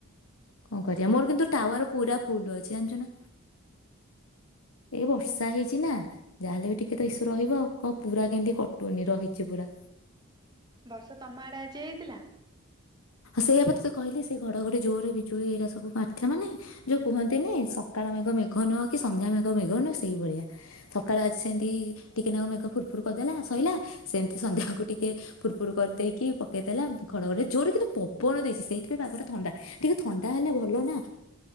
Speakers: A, on the left; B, on the right.
A: କଣ କରିବା ମୋର କିନ୍ତୁ ଟାୱାର ପୁରା ଫୁଲ ଅଛି। ଜାଣିଛୁ ନା। ଏଇ
B: ହୁଁ
A: ବର୍ଷା
B: ହୁଁ
A: ହେଇଛି ନା। ଯାହାହେଲେ ବି ଟିକେ ତ ଇସୁ ରହିବ କହ ପୁରା କେମିତି କଟୁନି ରହି ରହିଛି ପୁରା।
B: ବର୍ଷା ତମ ଆଡେ ଆଜି ହେଇଥିଲା।
A: ସେଇଆପା ତତେ କହିଲି ସେ ଘଡଘଡି ଜୋରେ ବିଜୁଳି ଏଇଟା ସବୁ ମାରିଥିଲା ମାନେ ଯୋଉ କୁହନ୍ତିନି ସକାଳ ମେଘ ମେଘ ନୁହ କି ସନ୍ଧ୍ୟା ମେଘ ମେଘ ନୁହ ସେଇଭଳିଆ ସକାଳେ ଆଜି ସେମିତି ଟିକେ ନାକୁ ମେଘ ଫୁୁରଫୁୁର କରିଦେଲା ସରିଲା ସେମିତି ସନ୍ଧ୍ୟାକୁ ଟିକେ ଫୁରଫୁୁର କରିଦେଇକି କି ପକେଇ ଦେଲା ଘଡ଼ଘଡ଼ି ଜୋରେ କିନ୍ତୁ ପବନ ଦେଇଛି ସେଇଥିପାଇଁ ପାଗଟା ଥଣ୍ଡା ଟିକେ ଥଣ୍ଡା ହେଲେ ଭଲ ନା।